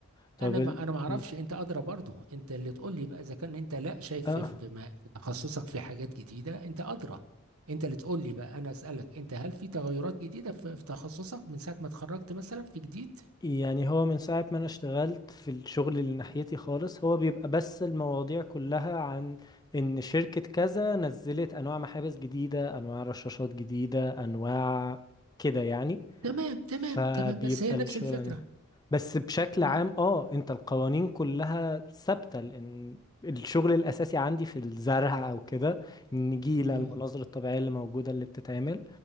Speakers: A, on the left; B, on the right.
A: طب
B: انا
A: ال...
B: ما انا ما اعرفش
A: م.
B: انت ادرى برضو انت اللي تقول لي بقى اذا كان انت لا شايف
A: آه
B: في في ما- في تخصصك في حاجات جديده انت ادرى انت اللي تقول لي بقى انا اسالك انت هل في تغيرات جديده في في تخصصك من ساعه ما اتخرجت مثلا في جديد
A: يعني هو من ساعة ما أنا اشتغلت في الشغل اللي ناحيتي خالص هو بيبقى بس المواضيع كلها عن إن شركة كذا نزلت أنواع محابس جديدة أنواع رشاشات جديدة أنواع كده يعني
B: تمام تمام
A: فبيبقى
B: تمام بس هي
A: الشغل
B: نفس الفكره
A: بس بشكل
B: اه
A: عام اه انت القوانين كلها ثابتة لان الشغل الاساسي عندي في الزرع او كده النجيلة
B: امم
A: المناظر الطبيعية اللي موجودة اللي بتتعمل